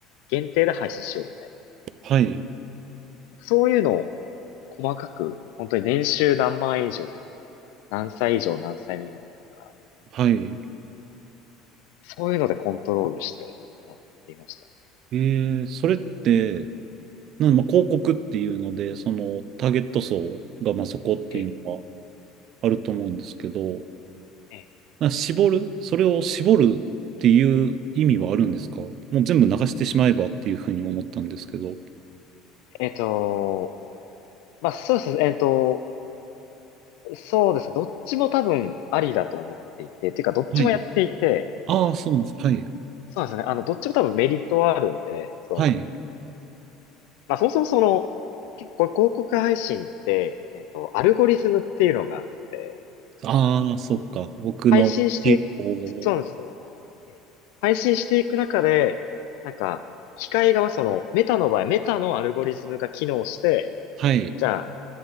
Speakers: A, on the left (about 75°); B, on the right (about 40°).
A: 限定で配信しようみたい
B: はい。
A: な。そういうのを細かく、本当に年収何万円以上とか、何歳以上何歳未満とか、
B: はい。
A: そういうのでコントロールしてやっていました。
B: えーそれって、なんまあ、広告っていうので、そのターゲット層がまあそこっていうのは
A: ええ、
B: あると思うんですけど、
A: え
B: な絞るそれを絞るっていう意味はあるんですかもう全部流してしまえばっていうふうに思ったんですけど。
A: ええっと、まあ、そうですね、えっと、そうですね、どっちも多分ありだと思っていて、っていうかどっちもやっていて、
B: はい。ああ、そうなんです。はい。
A: そうですね。あの、どっちも多分メリットはあるんで、その、
B: はい。
A: まあそもそもその、結構広告配信って、えっと、アルゴリズムっていうのがあって、
B: ああ、
A: あの
B: そっか。僕の傾向。
A: 配信していく、そうなんですよ。で配信していく中で、なんか、機械側、その、メタの場合、メタのアルゴリズムが機能して、
B: はい。
A: じゃあ、